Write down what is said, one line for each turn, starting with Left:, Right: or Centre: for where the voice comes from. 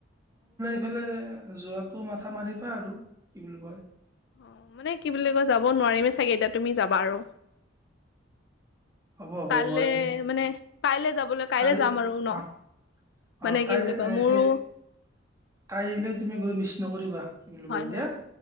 Right: এইফালে যোৱাটো মাথা মাৰিবা আৰু কি বুলি কয়
Left: অহ মানে কি বুলি কয় যাব নোৱাৰিমে চাগে এতিয়া তুমি যাবা আৰু
Right: হ'ব, হ'ব,
Left: কাইলে
Right: মই
Left: মানে কাইলে যাবলৈ কাইলে
Right: কাই
Left: যাম আৰু ন
Right: অহ
Left: মানে
Right: অহ কাইলৈ
Left: কি বুলি কয় মোৰো
Right: সেই কাইলৈ তুমি গ'লে মিছ নকৰিবা। কি বুলি
Left: হয়
Right: কয় দিয়া
Left: হয়